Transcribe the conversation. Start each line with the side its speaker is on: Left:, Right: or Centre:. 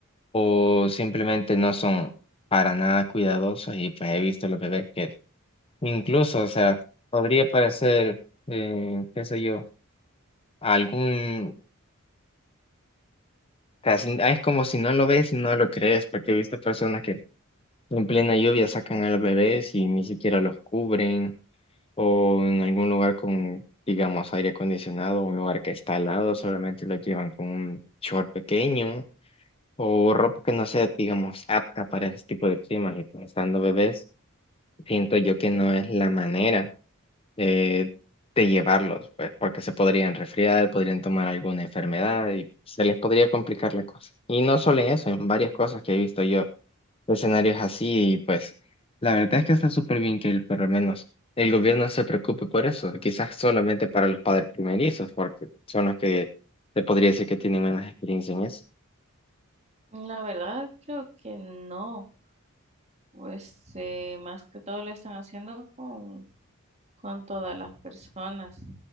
Left: o simplemente no son para nada cuidadosos y pues he visto los bebés que incluso, o sea, podría parecer, eh, qué sé yo, algún, casi, ah, es como si no lo ves, no lo crees, porque he visto personas que en plena lluvia sacan a los bebés y ni siquiera los cubren, o en algún lugar con, digamos, aire acondicionado, un lugar que está helado, solamente los llevan con un short pequeño O ropa que no sea, digamos, apta para ese tipo de climas y pues estando bebés, siento yo que no es la manera de, de llevarlos, pues, porque se podrían resfriar, podrían tomar alguna enfermedad y se les podría complicar la cosa. Y no solo en eso, en varias cosas que he visto yo, escenarios así y pues la verdad es que está súper bien que el- por lo menos el gobierno se preocupe por eso, quizás solamente para los padres primerizos, porque son los que se podría decir que tienen menos experiencia en eso.
Right: La verdad, creo que no, pues eh, más que todo lo están haciendo con, con todas las personas,